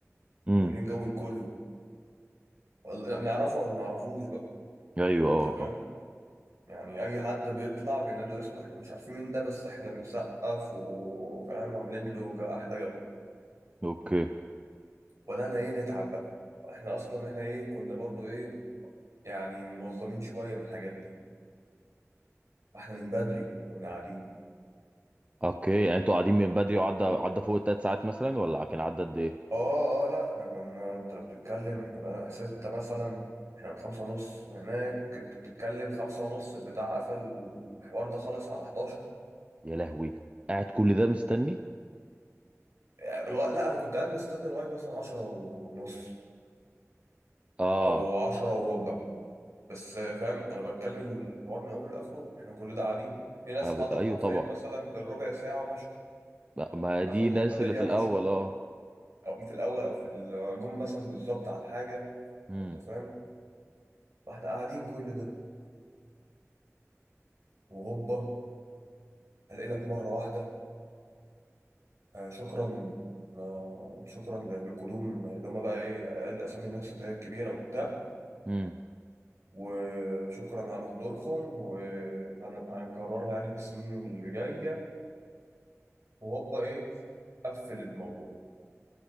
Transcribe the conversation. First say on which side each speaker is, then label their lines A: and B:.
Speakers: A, on the right (about 25°); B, on the right (about 65°).
A: امم
B: احنا عاملين جو لكله وال- نعرفه او ما نعرفوش بقى
A: ايوه
B: انت
A: اه
B: فاهم
A: اه
B: يعني اي حد بيطلع بينادوا اسمه احنا مش عارفين مين ده بس احنا بنسقف وفاهم عاملين له جو- احلى جو
A: اوكي
B: ولا انا ايه نتعب بقى احنا اصلا احنا ايه كنا برضو ايه يعني منظمين شوية من الحاجات دي فاحنا من بدري كنا قاعدين
A: اوكي يعني انتوا قاعدين من بدري وعدى عدى فوق الثلاث ساعات مثلا ولا كان عدى قد ايه
B: اه اه لا احنا كنا انت لو بتتكلم احنا بقى ستة مثلا احنا من خمسة ونص وهناك انت بتتكلم خمسة ونص البتاع قفل الحوار ده خالص على 11
A: يا لهوي قاعد كل ده
B: يعني
A: مستني
B: يعني لغا- لا انا كنت قاعد مستني لغاية مثلا 10 ونص
A: اه
B: او 10 وربع بس فاهم انا بتكلم الحوار من اوله لاخره احنا كل ده قاعدين في ناس
A: أب...
B: حضرت
A: ايوه
B: حرفيا
A: طبعا
B: مثلا الربع ساعة ومشوا
A: ما ما
B: اخدوا
A: دي الناس
B: الميدالية
A: اللي في
B: ومشوا
A: الاول اه
B: او في الاول او في الجم مثلا بالظبط على الحاجه
A: امم
B: انت فاهم واحنا قاعدين كل ده وهوبا الاقي لك مره واحده آه شكرا آه شكرا ل- لقدوم اللي هم بقى ايه اقل اسامي الناس اللي هي الكبيره وبتاع
A: امم
B: وشكرا على حضوركم وهنكررها يعني في السنين اللي جايه وهوبا ايه قفل الموضوع